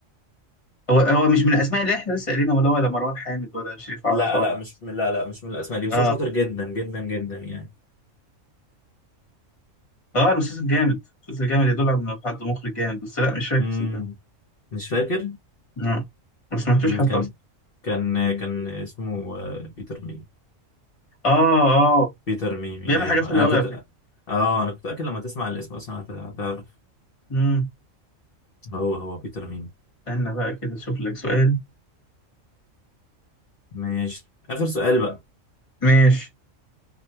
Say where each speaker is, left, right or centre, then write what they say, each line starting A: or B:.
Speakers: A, on the left; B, on the left.
A: هو هو مش من الاسماء اللي احنا لسه قايلينها ولا ولا مروان حامد ولا شريف عرفة
B: لا
A: ولا
B: لا
A: إيه؟
B: مش من لا لا مش من الأسماء دي بس
A: اه
B: هو شاطر جدا جدا جدا يعني
A: اه المسلسل جامد المسلسل جامد يدل على انه حد مخرج جامد بس لا مش فاكر
B: امم
A: صدقني
B: مش فاكر
A: لا ما سمعتوش
B: مم،
A: حتى
B: كان
A: اصلا
B: كان كان اسمه آه، بيتر ميمي
A: اه اه
B: بيتر ميمي
A: بيعمل
B: أيوه
A: حاجات حلوه
B: أنا
A: قوي
B: كنت
A: على فكره
B: اه انا كنت اكل لما تسمع الاسم اصلا هت- هتعرف
A: امم
B: هو هو بيتر ميمي
A: استنى بقى كده اشوف لك سؤال
B: ماشي آخر سؤال بقى
A: ماشي